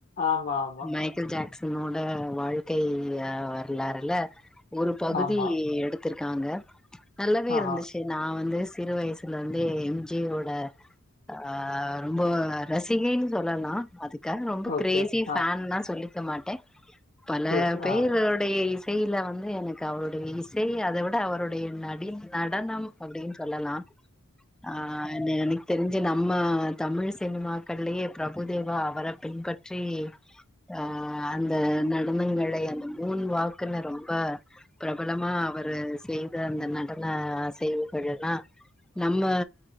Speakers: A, on the left; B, in the centre.
A: ஆமா, ஆமா,
B: மைக்கேல் ஜாக்சன் னோட வாழ்க்கை வரலாறுல ஒரு பகுதி
A: ஆமா.
B: எடுத் துருக்காங்க நல்லாவே
A: ஆஹா,
B: இருந்துச்சி நா வந்து சிறு வயசுல வந்து எம் ஜே ஓட ஆ ரொம்ப ரசிகைன்னு சொல்லலா அதுக் காக ரொம்ப
A: ஓகே.
B: கிரேசி ஃபேன்லா
A: ஆ,
B: சொல்லிக்க மாட்டே பல
A: சரி, சரி.
B: பேரு
A: ஆ,
B: இசையில வந்து எனக்கு அவருடைய இசை அதவிட அவருடைய நடி நடனம் அப்படின்னு சொல்ல லா ஆ எனக்கு தெரிஞ் சி நம்ம தமிழ் சினிமாக்கள்லயே பிரபுதேவா அவர பின்பற்றி ஆ அந்த நடனங்களை அந்த மூண் வாக்குனு ரொம்ப பிரபலமா அவரு செய்த அந்த நடன அசைவுகளெலா நம்ம